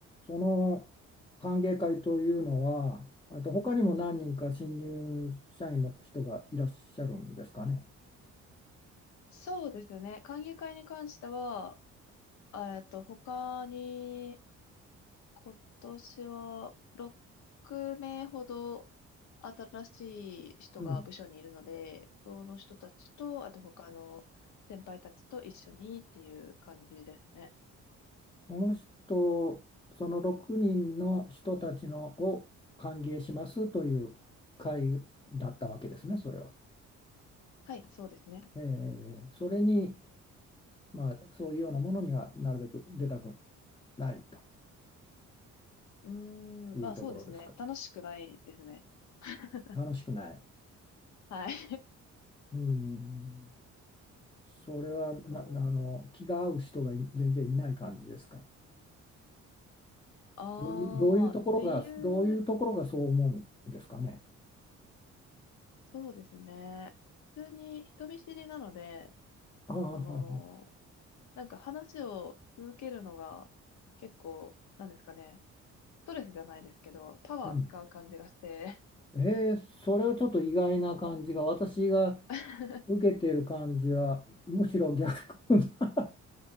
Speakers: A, on the left (about 15°); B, on the left (about 65°).
A: その歓迎会というのは、あと他にも何人か新入社員の人がいらっしゃるんですかね。
B: そうですね。歓迎会に関しては、えっと、他に、今年は6名ほど新しい人が部署にいるので、
A: うん、
B: その人たちと、あと他の先輩たちと一緒にっていう感じですね。
A: その人、その6人の人たちのを歓迎しますという会だったわけですね、それは。
B: はい、そうですね。
A: えーそれにまあ、そういうようなものにはなるべく出たくない
B: うー
A: というところですか。
B: ん、まあそうですね。楽しくないですね。<laughs>
A: 楽しくない。
B: はい。
A: うん。それはな、
B: そう。
A: あの、気が合う人がい全然いない感じですか。
B: ああ、
A: どういう、どういうところが、
B: ってい
A: どういうところがそう思うんですかね。
B: う、そうですね。普通に人見知りなので、
A: ああ、はあはあ
B: その、なんか話を続けるのが結構、なんですかね。ストレスじゃないですけど、パワー使う感じがして。
A: うん。えーそれはちょっと意外な感じが、私が
B: <laughs>
A: 受けてる感じは、むしろ逆な